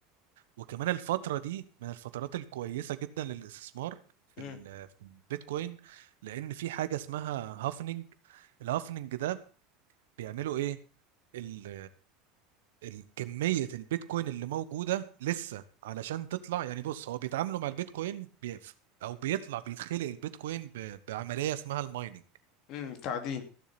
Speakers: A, on the right (about 75°); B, on the left (about 55°).
A: وكمان الفترة دي من الفترات الكويسة جدا للاستثمار في
B: امم
A: ال... في البيتكوين لأن في حاجة اسمها هافنج الهافنج ده بيعملوا إيه؟ ال... ال- كمية البيتكوين اللي موجودة لسه علشان تطلع يعني بص هو بيتعاملوا مع البيتكوين بي... أو بيطلع بيتخلق البيتكوين ب... بعملية اسمها المايننج
B: امم تعدين